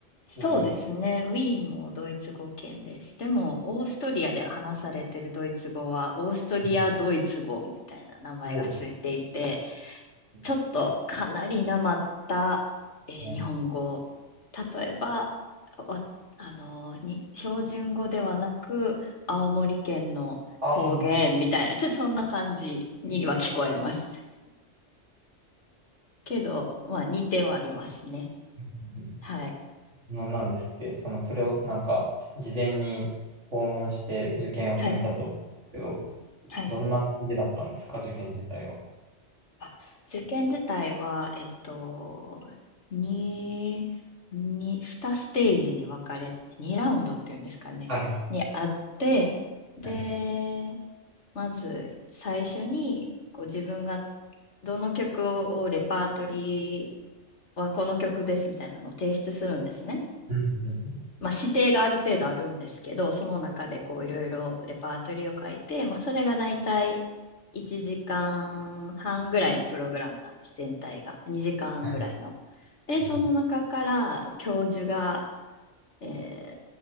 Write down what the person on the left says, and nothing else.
そうですね。
ウィーンもドイツ語圏です。でも、オーストリアで話されてるドイツ語は、オーストリア・
ドイツ語みたいな名前がついていて、
ちょっとかなりなまった、えー日本語。
例えば、わ、あの、に、標準語ではなく、青森県の方言みたいな、
ちょっとそんな感じには聞こえます。けど、まあ、似てはいますね。
はい。
はい。はい。
あ受験自体は、えっと、2、に2ステージに分かれ、2ラウンドっていうんですかね、
にあって、で、
まず最初にこう自分がどの曲をレパートリーはこの曲ですみたいなのを提出するんですね。
まあ、指定がある程度あるんですけど、その中でこういろいろレパートリーを書いて、まあ、それがだいたい1時間半ぐらいのプログラムなんです、全体が。2時間ぐらいの。
で、
その中から教授が、えー